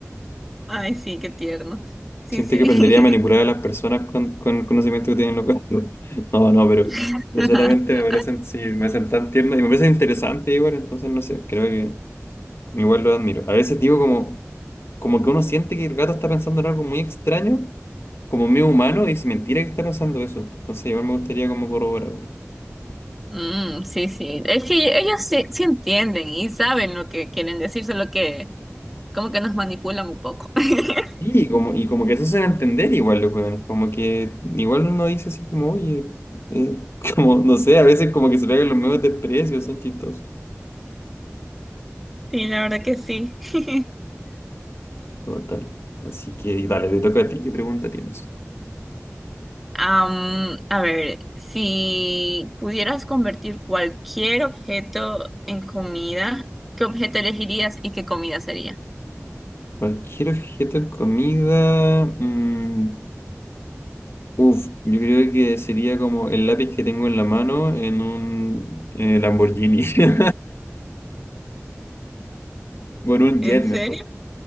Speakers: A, in the centre; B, on the left (about 55°).
A: Ay, sí, qué tierno. Sí,
B: Siento
A: sí.
B: que aprendería a manipular a las personas con, con el conocimiento que tienen los gatos. <laughs> No, no, pero
A: <laughs>
B: no solamente me parecen, sí, me parecen tan tiernos y me parecen interesantes igual, entonces no sé, creo que igual lo admiro. A veces digo como, como que uno siente que el gato está pensando en algo muy extraño, como medio humano, y es mentira que está pensando eso. Entonces igual me gustaría como corroborarlo.
A: Mm, sí, sí. Es que ellos sí, sí entienden y saben lo que quieren decir, solo que como que nos manipulan un poco. <laughs>
B: Sí, Y como, y como que se hacen entender igual los hueones, como que igual uno dice así como, oye, eh, <laughs> como, no sé, a veces como que se pegan los mismos desprecios, son chistosos.
A: Sí, la verdad que sí. <laughs>
B: Total. Así que y dale, te toca a ti, ¿qué pregunta tienes?
A: Am, a ver, si pudieras convertir cualquier objeto en comida, ¿qué objeto elegirías y qué comida sería?
B: Cualquier objeto de comida, mm, uf, yo creo que sería como el lápiz que tengo en la mano en un eh, Lamborghini. <laughs> O en un
A: ¿En
B: jet
A: serio?
B: mejor.